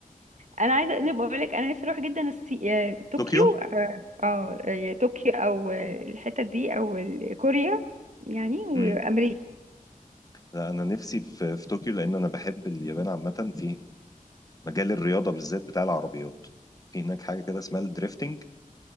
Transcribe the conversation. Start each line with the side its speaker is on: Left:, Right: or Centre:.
Right: انا عايزه أنا بقول لك انا نفسي اروح جدا الصي... آه، طوكيو
Left: طوكيو
Right: اه آه، آه، طوكيو او آه، الحتت دي او ال- كوريا يعني وامريكا
Left: امم لا انا نفسي في في طوكيو لان انا بحب اليابان عامه في مجال الرياضه بالذات بتاع العربيات في هناك حاجه كده اسمها الدريفتنج